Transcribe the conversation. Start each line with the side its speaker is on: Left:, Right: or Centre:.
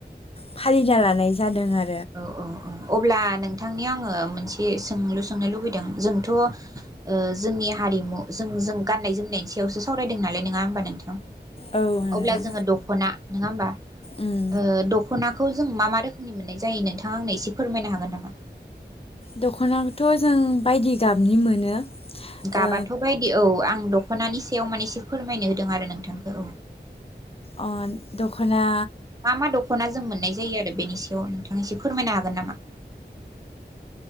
Left: फालिना लानाय जादों आरो
Right: औ औ औ अब्ला नोंथांनि आङो मोनसे ए सोंलु सोंनो लुबैदों जोंथ' ओ जोंनि हारिमु जों जों गाननाय जोमनायनि सायावसो सावरायदों नालाय नङा होमबा नोंथां?
Left: औ नोंथां
Right: अब्ला जोङो दख'ना नङा होमबा
Left: उम
Right: ओ दख'नाखौ खौ जों मा रोखोमनि मोननाय जायो नोंथाङा आंनो एसे फोरमायनो हागोन नामा?
Left: दख'नाखौथ' जों बायदि गाबनि मोनो।
Right: गाबाथ'
Left: ओ
Right: बायदि औ आं दख'नानि सायाव माने एसे फोरमायनो होदों आरो नोंथांखौ औ
Left: अ दख'ना
Right: मा मा दख'ना जों मोननाय जायो आरो बेनि सायाव नोंथां एसे फोरमायनो हागोन नामा?